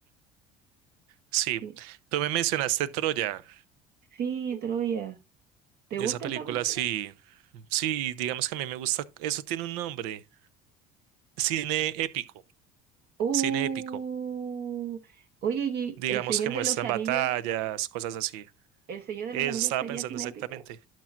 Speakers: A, on the right; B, on the right.
A: sí.
B: Sí,
A: Tú me mencionaste Troya.
B: sí, Troya. ¿Te
A: Esa
B: gusta
A: película,
B: esa película?
A: sí. Sí, digamos que a mí me gusta. Eso tiene un nombre. Cine épico.
B: Uh,
A: Cine épico.
B: oye, ¿y
A: Digamos
B: El Señor
A: que muestran
B: de los Anillos,
A: batallas, cosas así.
B: El Señor de
A: Eso
B: los Anillos
A: estaba
B: sería
A: pensando
B: cinépico?
A: exactamente.